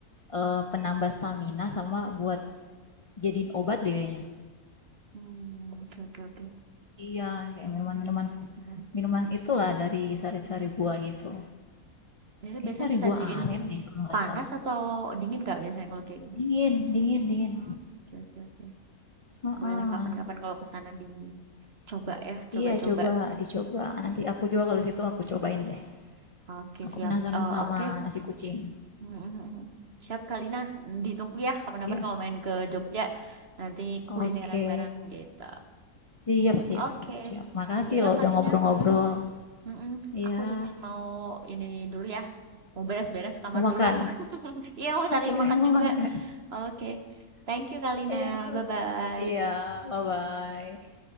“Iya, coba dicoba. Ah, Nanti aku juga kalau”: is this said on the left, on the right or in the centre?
Left